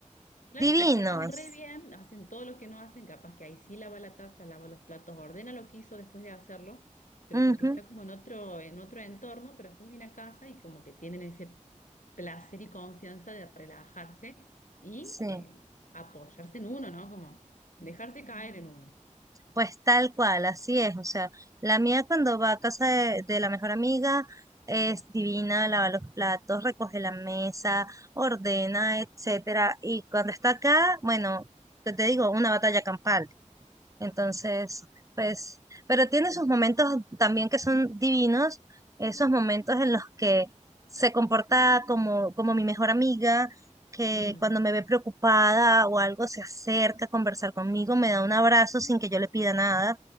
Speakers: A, on the left; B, on the right.
A: Claro,
B: divinos.
A: se portan re bien, hacen todo lo que no hacen, capaz que ahí sí lava la taza, lava los platos, ordena lo que hizo después de hacerlo, pero
B: Ujú,
A: porque está como en otro, en otro entorno, pero después viene a casa y como que tienen ese placer y confianza de relajarse y
B: sí,
A: eh, apoyarse en uno, ¿no? Como dejarse caer en uno.
B: pues tal cual, así es. O sea, la mía cuando va a casa de, de la mejor amiga es divina, lava los platos, recoge la mesa, ordena, etcétera. Y cuando está acá, bueno, ¿qué te digo? Una batalla campal. Entonces, pues, pero tiene sus momentos también que son divinos, esos momentos en los que se comporta como, como mi mejor amiga, que
A: Mm,
B: cuando me ve preocupada o algo se acerca a conversar conmigo, me da un abrazo sin que yo le pida nada.